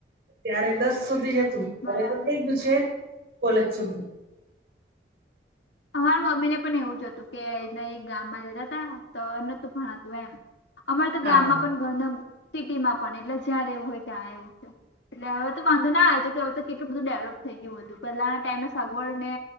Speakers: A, on the right; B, on the left.
A: ત્યારે દસ સુધી જ હતું
B: બરાબર
A: હવે તો થઈ ગયું છે કોલેજ સુધી
B: અમારા મમ્મી ને પણ એવું જ હતું કેના ગામમાં રહેતાતા તો નતું ભણાતું એમ અમારે તો
A: હા
B: ગામમાં પણ ઘરને સિટીમાં પણ એટલે જ્યાં રહેવું હોય ત્યાં એવું છે. એટલે હવે તો વાંધો ના આવે કેમકે હવે તો કેટલું બધું ડેવલપ થઈ ગયું હતું પહેલાના ટાઈમે સગવડ ને